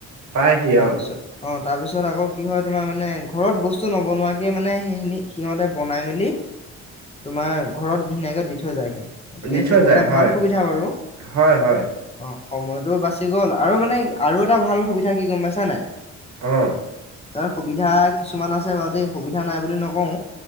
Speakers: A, on the right; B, on the left.
A: পায়হি
B: তা
A: অ
B: পিছত তাৰপিছত আকৌ কি হয় তোমাৰ মানে ঘৰত বস্তু নবনোৱাকে মানে সেইখিনি সিহঁতে বনাই মেলি তোমাৰ ঘৰত ধুনীয়াকে দি থৈ যায়হি। গতিকে
A: দি থ
B: সেইটো
A: যায়।
B: এটা
A: হয়,
B: ভাল সুবিধা বাৰু
A: হয়, হয়
B: অ সময়টো বাচি গল আৰু মানে আৰু এটা ভাল সুবিধা কি গম পাইছা নাই
A: আহ
B: তাৰ সুবিধা কিছুমান আছে বাৰু দেই সুবিধা নাই বুলি নকওঁ